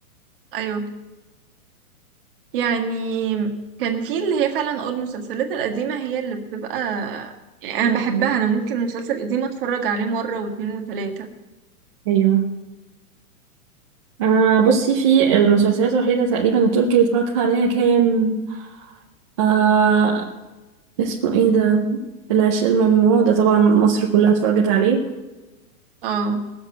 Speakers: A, on the right; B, on the right.
A: ايوه يعني كان في اللي هي فعلا اه المسلسلات القديمة هي اللي بتبقى يعني انا بحبها انا ممكن مسلسل قديم اتفرج عليه مرة واتنين وتلاتة
B: أيوه انا بصي في المسلسلات الوحيده تقريبا التركي اللي اتفرجت عليها كان آه اسمه ايه ده العشق الممنوع ده طبعا مصر كلها اتفرجت عليه
A: اه